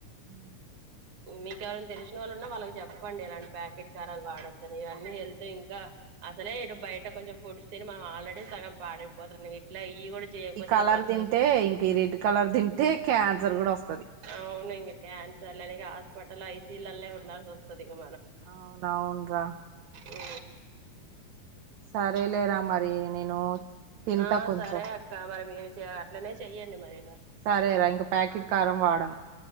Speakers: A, on the right; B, on the right.
A: ఉ
B: మీకెవరైనా తెలిసిన వాళ్ళు ఉన్నా వాళ్ళకి చెప్పండి ఇలాంటి ప్యాకెట్ కారాలు వాడొద్దని ఇవన్నీ వెళ్తే ఇంకా అసలే ఇటు బయట కొంచెం ఫుడ్ తిని మనం ఆల్రెడీ సగం పాడైపోతారు ఇట్లా ఇవి కూడా చేయకపోతే
A: ఈ కలర్
B: బత్త
A: తింటే ఇంక ఈ రెడ్ కలర్ తింటే క్యాన్సర్ కూడా వస్తది
B: అవును ఇంగ క్యాన్సర్లని కాదు పటల ఐసీయులల్లో ఉండాల్సి వస్తది ఇక
A: అవును అవును రా
B: ఉ
A: సరే లేరా మరి నేను తింటా
B: ఆ
A: కొంచెం
B: సరే అక్క మరి మీరు అట్లనే చెయ్యండి మరి
A: సరేరా ఇంక ప్యాకెట్ కారం వాడను